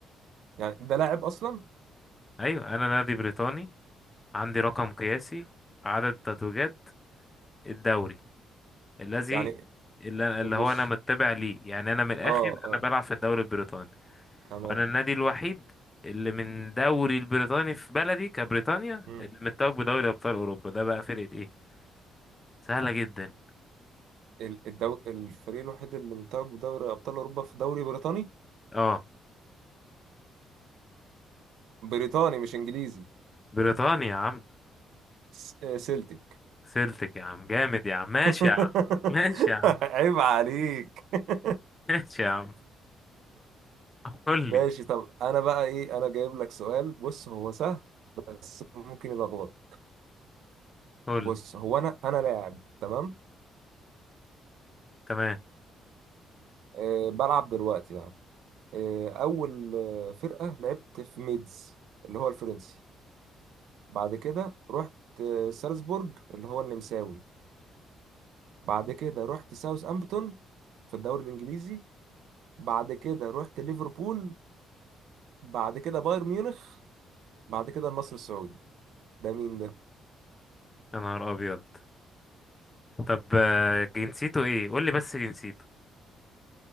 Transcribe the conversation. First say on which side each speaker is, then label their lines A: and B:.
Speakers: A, on the right (about 75°); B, on the left (about 20°).
A: يعني ده لاعب اصلا
B: ايوه انا نادي بريطاني عندي رقم قياسي في عدد تتويجات الدوري الذي
A: يعني
B: اللي اللي
A: بص
B: هو انا متبع ليه يعني انا من الاخر
A: اه اه
B: انا بلعب في الدوري البريطاني
A: تمام
B: وانا النادي الوحيد اللي من دوري البريطاني في بلدي كبريطانيا
A: مم.
B: اللي متوج بدوري ابطال اوروبا ده بقى فرقة ايه سهلة جدا
A: ال- الدو... الفريق الوحيد اللي متوج بدوري ابطال اوروبا في دوري بريطاني
B: اه
A: بريطاني مش انجليزي
B: بريطانيا يا عم
A: س- آه، سلتك
B: سلتك يا عم جامد يا عم ماشي
A: <laughs>
B: يا عم ماشي يا عم
A: عيب عليك <laughs>
B: ماشي يا عم <laughs> قول
A: ماشي
B: لي
A: طب انا بقى ايه انا جايب لك سؤال بص هو سهل بس ممكن يلخبطك
B: قول
A: بص
B: لي.
A: هو انا انا لاعب تمام
B: تمام
A: أه بلعب دلوقتي يعني أه اول آه، فرقة لعبت في ميدز اللي هو الفرنسي بعد كده رحت آه، سالزبورج اللي هو النمساوي بعد كده رحت ساوث امبتون في الدوري الانجليزي بعد كده رحت ليفربول بعد كده بايرن ميونخ بعد كده النصر السعودي ده مين ده
B: يا نهار ابيض طب آه، جنسيته ايه قول لي بس جنسيته